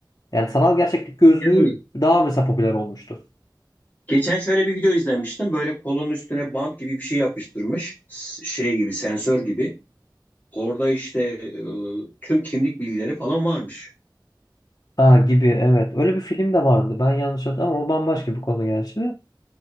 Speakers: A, on the left; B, on the left.
A: Yani sanal gerçeklik gözlüğü
B: Yani
A: daha mesela popüler olmuştu.
B: Geçen şöyle bir video izlemiştim. Böyle kolonun üstüne bant gibi bir şey yapıştırmış. S- Şey gibi, sensör gibi. Orada işte e, tüm kimlik bilgileri falan varmış.
A: Aa, gibi evet. Öyle bir film de vardı. Ben yanlış hatırladım ama o bambaşka bir konu gerçi.